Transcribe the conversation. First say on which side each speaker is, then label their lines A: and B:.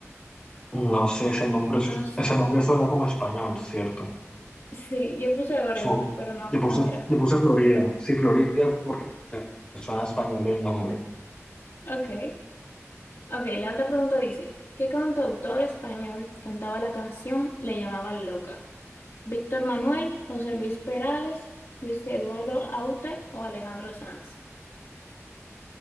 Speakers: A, on the left; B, on the left.
A: No sé,
B: Oh,
A: ese nombre, su-
B: no sé.
A: ese nombre suena como español, ¿cierto?
B: Sí, yo puse Oregon,
A: Su-
B: pero no,
A: yo puse,
B: no era.
A: yo puse Florida. Sí, Florida porque suena a español el nombre.
B: Ok. Ok, la otra pregunta dice, ¿qué cantautor español cantaba la canción Le llamaba loca? ¿Víctor Manuel, José Luis Perales, Luis Eduardo Aute o Alejandro Sanz?